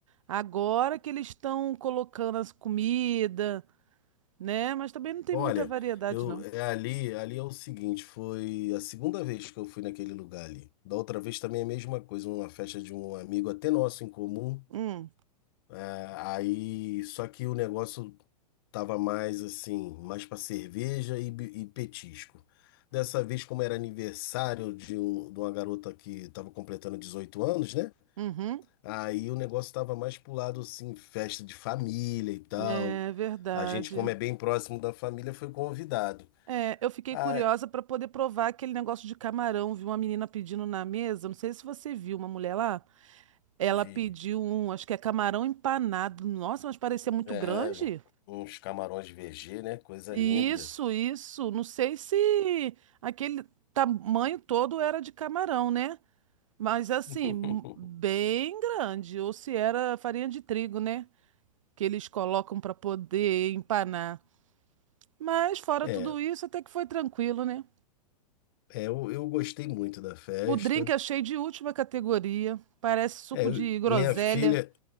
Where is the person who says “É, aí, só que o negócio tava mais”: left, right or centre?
Left